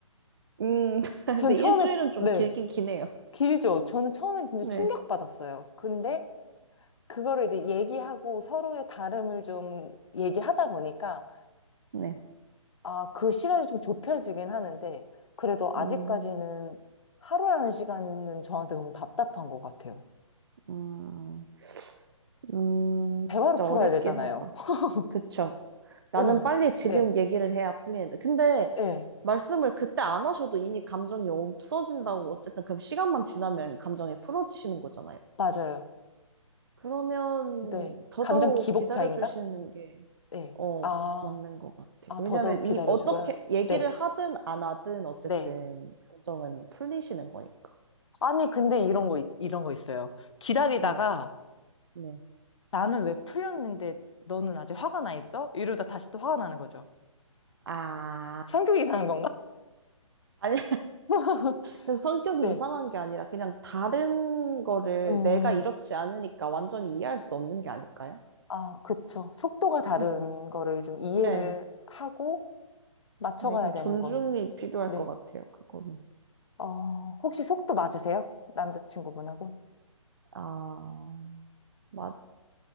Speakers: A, on the right; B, on the left.
A: 음, <laughs> 근데
B: 전 처음에,
A: 일주일은 좀
B: 네.
A: 길긴 기네요.
B: 길죠. 저는 처음엔 진짜
A: 네,
B: 충격받았어요. 근데 그거를 이제 얘기하고 서로의 다름을 좀 얘기하다 보니까
A: 네.
B: 아, 그 시간이 좀 좁혀지긴 하는데 그래도 아직까지는
A: 음,
B: 하루라는 시간은 저한테 너무 답답한 것 같아요.
A: 음, 음,
B: 대화로
A: 진짜
B: 풀어야
A: 어렵긴
B: 되잖아요.
A: 하다.
B: <laughs>
A: 그쵸. 나는
B: 응,
A: 빨리 지금
B: 네,
A: 얘기를 해야 풀리는데. 근데
B: 네,
A: 말씀을 그때 안 하셔도 이미 감정이 없어진다고 어쨌든 그럼 시간만 지나면 감정이 풀어지시는 거잖아요.
B: 맞아요.
A: 그러면
B: 네.
A: 더더욱
B: 감정 기복차인가?
A: 기다려주시는 게,
B: 네.
A: 어,
B: 아,
A: 맞는 것 같아요.
B: 아,
A: 왜냐면
B: 더더욱
A: 이,
B: 기다려
A: 어떻게
B: 주거라.
A: 얘기를
B: 네,
A: 하든 안 하든 어쨌든
B: 네.
A: 감정은 풀리시는 거니까.
B: 아니, 근데 이런
A: 네.
B: 거, 있- 이런 거 있어요. 기다리다가
A: 네. 네.
B: 나는 왜 풀렸는데 너는 아직 화가 나 있어? 이러다 다시 또 화가 나는 거죠.
A: 아,
B: 성격이 이상한 건가?
A: 아니.
B: <laughs>
A: 그래서 성격이
B: 네.
A: 이상한 게 아니라 그냥 다른 거를
B: 음,
A: 내가 이렇지 않으니까 완전히 이해할 수 없는 게 아닐까요?
B: 아, 그쵸. 속도가 다른
A: 음
B: 거를 좀 이해를
A: 네.
B: 하고 맞춰가야
A: 네, 그
B: 되는
A: 존중이
B: 거.
A: 필요할
B: 네.
A: 것 같아요, 그거는.
B: 어, 혹시 속도 맞으세요? 남자친구분하고?
A: 아, 맞,